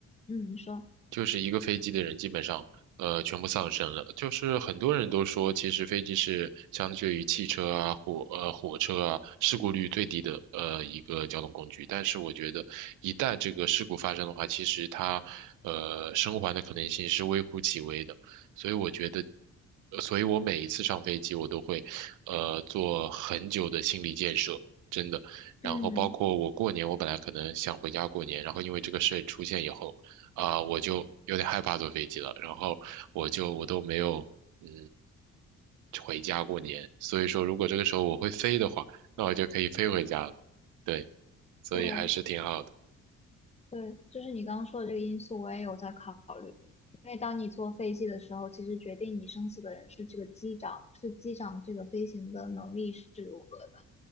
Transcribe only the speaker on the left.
嗯，你说。
嗯，
对，对，就是你刚刚说的这个因素，我也有在考因为当你坐飞机的时候，其实决定你生死的人是这个机长，是机长这个飞行的能力是如何的，